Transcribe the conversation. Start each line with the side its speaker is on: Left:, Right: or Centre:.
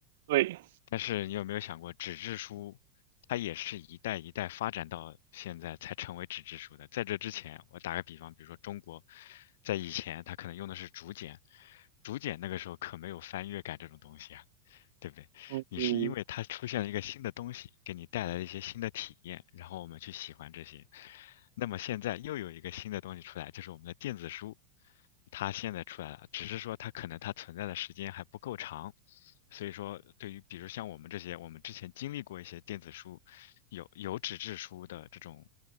Right: 对，
Left: 但是你有没有想过，纸质书它也是一代一代发展到现在才成为纸质书的。在这之前，我打个比方，比如说中国在以前它可能用的是竹简，竹简那个时候可没有翻页感这种东西啊，对不对？
Right: 嗯嗯
Left: 你是因为它出现了一个新的东西，给你带来了一些新的体验，然后我们去喜欢这些。那么现在又有一个新的东西出来，就是我们的电子书，它现在出来了，只是说它可能它存在的时间还不够长，所以说对于比如像我们这些，我们之前经历过一些电子书，有有纸质书的这种